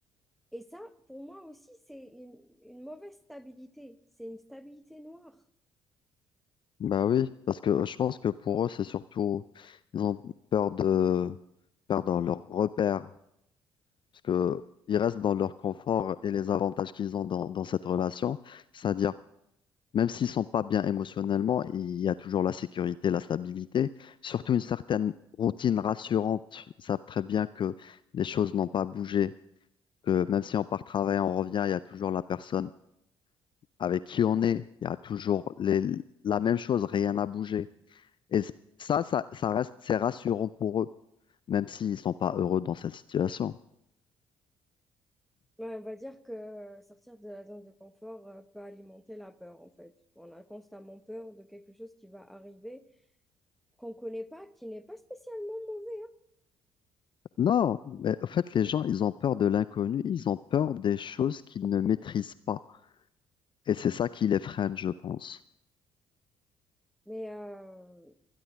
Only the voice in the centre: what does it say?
Et ça, pour moi aussi, c'est une, une mauvaise stabilité. C'est une stabilité noire.
Ouais, on va dire que euh, sortir de la zone de confort euh, peut alimenter la peur, en fait. On a constamment peur de quelque chose qui va arriver, qu'on ne connaît pas, qui n'est pas spécialement mauvais.
Mais euh,